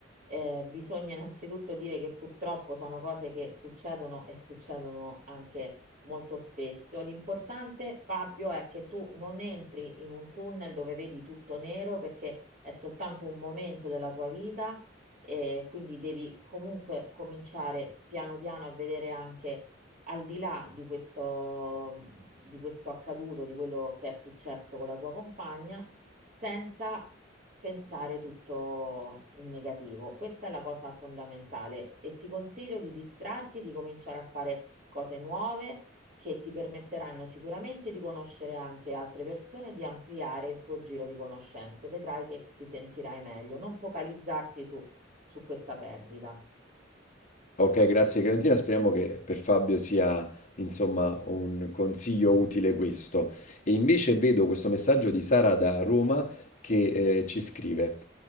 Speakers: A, on the right; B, on the left.
A: eh, bisogna innanzitutto dire che purtroppo sono cose che succedono e succedono anche molto spesso. L'importante, Fabio, è che tu non entri in un tunnel dove vedi tutto nero perché è soltanto un momento della tua vita e quindi devi comunque cominciare piano piano a vedere anche al di là di questo, di questo accaduto, di quello che è successo con la tua compagna senza pensare tutto in negativo. Questa è la cosa fondamentale e ti consiglio di distrarti, di cominciare a fare cose nuove che ti permetteranno sicuramente di conoscere anche altre persone e di ampliare il tuo giro di conoscenze. Vedrai che ti sentirai meglio, non focalizzarti su, su questa perdita.
B: Ok, grazie Clementina, speriamo che per Fabio sia insomma un consiglio utile questo. E invece vedo questo messaggio di Sara da Roma che eh, ci scrive: